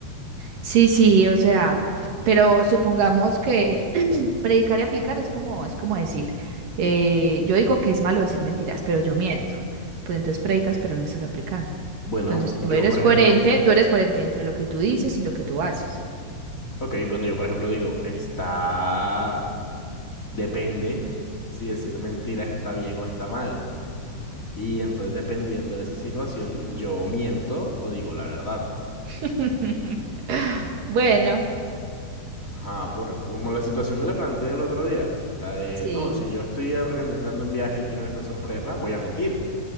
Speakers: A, on the right; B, on the left.
A: sí, sí, o sea, pero supongamos que <clears throat> predicar y aplicar es como, es como decir, eh, yo digo que es malo decir mentiras, pero yo miento. Pues entonces predicas, pero no estás aplicando.
B: Bueno,
A: Entonces tú
B: yo,
A: eres
B: por ejemplo,
A: coherente, tú eres coherente entre lo que tú dices y lo que tú haces.
B: ok, bueno, yo, por ejemplo, digo, está. depende si decir mentiras está bien o está mal. Y entonces, dependiendo de esa situación, yo miento o digo la verdad.
A: <laughs> Bueno,
B: Ajá, por, como la situación que le planteé el otro día, la de,
A: sí,
B: no, si yo estoy organizando un viaje y quiero que sea sorpresa, voy a mentir.